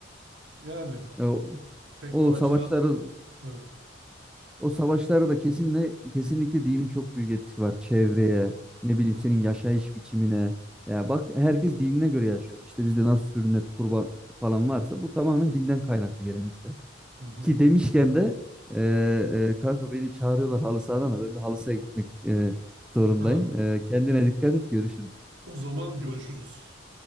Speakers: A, on the right; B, in the centre.
A: Yani
B: E, o,
A: tek
B: o
A: bu açıdan
B: savaşları
A: evet.
B: o savaşları da kesinlikle kesinlikle dinin çok büyük etkisi var çevreye, ne
A: Hı hı,
B: bileyim senin yaşayış biçimine. Ya bak herkes dinine göre yaşıyor. İşte bizde nasıl sünnet, kurban falan varsa bu tamamen dinden kaynaklı gelenekler.
A: hı hı.
B: Ki demişken de e, e, kanka beni çağırıyorlar halı sahadan da ben bir halı sahaya gitmek e, zorundayım.
A: Ha,
B: E, kendine dikkat et görüşürüz.
A: o zaman görüşürüz.